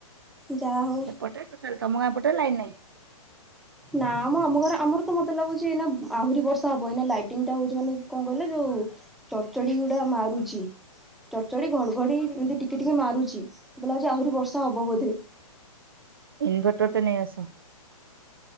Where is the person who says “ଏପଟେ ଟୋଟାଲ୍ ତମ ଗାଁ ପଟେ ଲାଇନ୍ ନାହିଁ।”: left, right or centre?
Right